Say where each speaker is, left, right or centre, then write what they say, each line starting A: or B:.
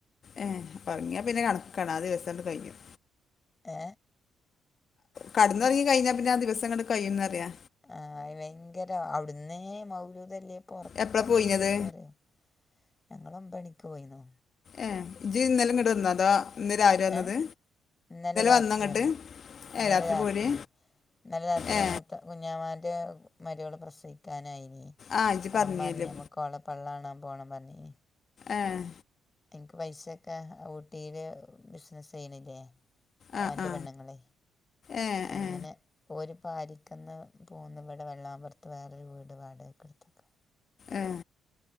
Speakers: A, on the left; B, on the left.
A: ഏഹ് ഒറങ്ങിയാ പിന്നെ കണക്കാണ് ആഹ് ദിവസങ്ങണ്ട് കഴിയും
B: തേ
A: കടന്നുറങ്ങി കഴിഞ്ഞാപ്പിന്നെ ആ ദിവസങ്ങട്ട് കഴിയുംന്ന് പറയ്യാ
B: ആഹ് ഭയങ്കര അവിടുന്നേ മൗലുതൊലിയപ്പോ ഒറക്കം
A: എപ്പോഴാ പോയിനത്
B: തൂങ്ങിട്ടാളേ ഞങ്ങളും പണിക്ക് പോയിന്നോ
A: ഏഹ് ഇജജ് ഇന്നലെ ഇങ്ങട് വന്നോ അതോ ഇന്ന് രാവിലെ വന്നത്
B: ഏഹ് ഇന്നലെ രാത്രി
A: വന്നോ അങ്ങോട്ട്
B: വന്നു ഇന്നലെ
A: ഏ
B: രാത്രി
A: പോര്
B: ഇന്നലെ രാത്രി
A: ഏ
B: മൂത്ത കുഞ്ഞാമാന്റെ മരുമോൾ പ്രസവിക്കാനായിന്
A: ആ ഇജ്ജ്
B: അപ്പ
A: പറഞ്ഞല്ലേ
B: ഉമ്മറഞ്ഞ് നമ്മുക്കോളെ പള്ളാണാൻ പോണം പറഞ്ഞി
A: ഏഹ്
B: എനിക്ക് പൈസെക്കെ ഊട്ടിയില് ബിസിനസ്സ് ചെയ്യണില്ലേ
A: ആ
B: ഓന്റെ
A: ആ
B: പെണ്ണുങ്ങള്
A: ഏ
B: അങ്ങനെ
A: ഏ
B: ഓര് പാരിക്കിന്ന് പോന്ന് ഇവിടെ വെള്ളാമ്പുറത്ത് വേറാരു വീട് വാടകക്കെടുത്ത്ക്കാ
A: ഏ